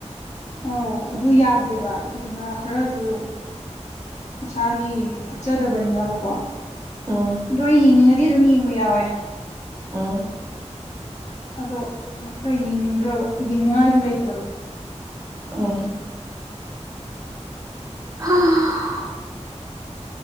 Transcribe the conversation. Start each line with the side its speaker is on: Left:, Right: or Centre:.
Left: ꯑꯧ ꯑꯗꯨ ꯌꯥꯗꯦꯕ ꯑꯗꯨꯗꯨꯅ ꯈꯔꯖ ꯃꯁꯥꯒꯤ ꯐꯠꯆꯗꯕꯅꯤꯅꯕꯀꯣ
Right: ꯎꯝ
Left: ꯑꯗꯣ ꯑꯩ ꯌꯦꯡꯅꯤꯡꯉꯗꯤ ꯑꯗꯨꯝ ꯌꯦꯡꯕ ꯌꯥꯎꯋꯦ
Right: ꯎꯝ
Left: ꯑꯗꯣ ꯈꯔ ꯌꯦꯡꯅꯤꯡꯗ꯭ꯔꯕ ꯌꯦꯡꯅꯤꯡꯉꯥꯏꯁꯨ ꯂꯩꯇ꯭ꯔꯕ
Right: ꯎꯝ ꯎꯝ